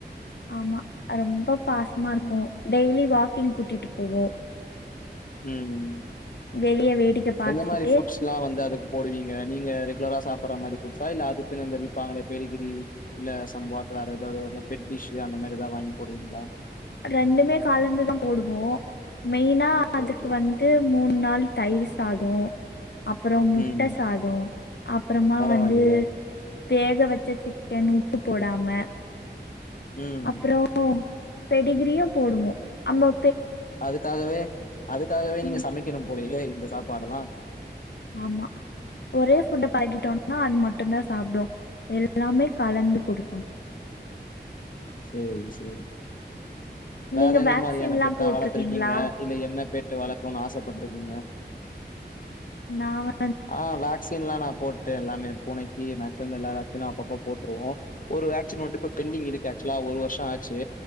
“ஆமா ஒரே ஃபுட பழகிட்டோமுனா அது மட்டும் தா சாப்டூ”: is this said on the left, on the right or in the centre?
Left